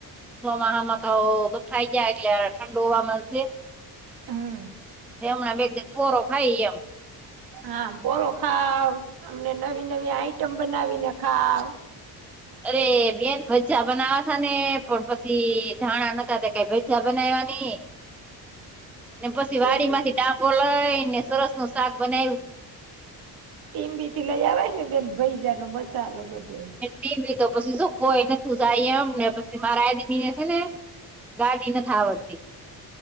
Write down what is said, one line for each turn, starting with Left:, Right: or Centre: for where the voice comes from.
Centre: સોમાહામાં તો બફાઇ જાય એટલે ઠંડુ હોવા મળશે.
Right: હમ
Centre: હમણાં બે દ પોરો ખાઈ લેયો.
Right: હા પોરો ખાવ અમને નવી નવી આઈટમ બનાવીને ખાવ
Centre: અરે બેન ભજા બનાવા તા ને પણ પછી ધાણા નતા કઈ ભ ચાબનાવાની
Right: <inaudible>
Centre: ને પછી
Right: ટીમ્બી
Centre: વાડી માંથી ડાંબો લઈ ને સરસ નું શાક બનાવ્યું.
Right: ટીમબી થી લઈ આવેય ને બેન ભૈજા નો મસાલો બધવાય
Centre: નઈ તો પછી શું કોઈ તું જાય એમ ને પછી મારા આ દીમીને છે ને ગાડી ના થ આવડતી